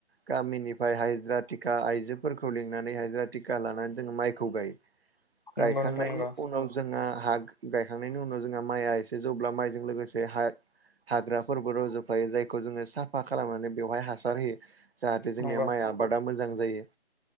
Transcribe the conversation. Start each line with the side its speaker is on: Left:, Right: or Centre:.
Right: गामिनिफ्राय हाजिरा थिका आइजोफोरखौ लिंनानै हाजिरा टिका लानानै जोङो माइखौ गायो। गायखांनायनि
Left: नंगौ नोंथां नंगौ
Right: उनाव जोंहा हा गायखांनायनि उनाव जोंहा माइआ एसे जौब्ला माइजों लोगोसे हा हाग्राफोरबो रज'फायो जायखौ जोङो साफा खालामनानै बेवहाय हासार होयो। जाहाथे
Left: नंगौ
Right: जोंनिया माइ आबादा मोजां जायो।